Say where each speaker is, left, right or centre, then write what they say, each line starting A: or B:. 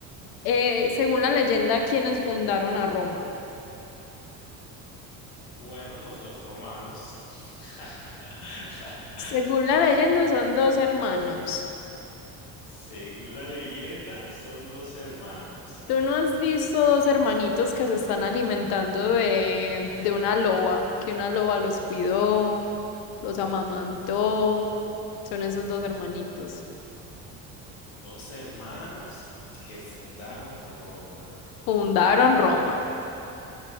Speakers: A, on the left; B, on the left.
A: Eh, según la leyenda, ¿quiénes fundaron a Roma?
B: Bueno, pues los romanos, <laughs>
A: Según la leyenda, son dos hermanos.
B: según la leyenda, son dos hermanos.
A: ¿Tú no has visto dos hermanitos que se están alimentando de, de una loba? Que una loba los cuidó, los amamantó. Son esos dos hermanitos.
B: Dos hermanos que fundaron Roma.
A: Fundaron Roma.